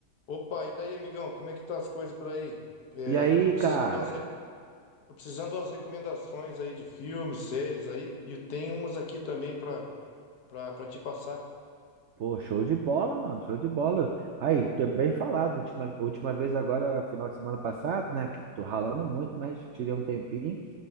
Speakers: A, on the left (about 65°); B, on the right (about 80°).
A: Opa, e daí, amigão, como é que tá as coisas por aí? É,
B: E aí,
A: tô precisando
B: cara?
A: de umas, re- tô precisando de umas recomendações aí de filmes, séries aí, e tem umas aqui também pra, pra, pra te passar.
B: Pô, show de bola, mano, show de bola. Aí, tu é bem falado. Última, última vez agora, final de semana passado, né? Que tô ralando muito, mas tirei um tempinho.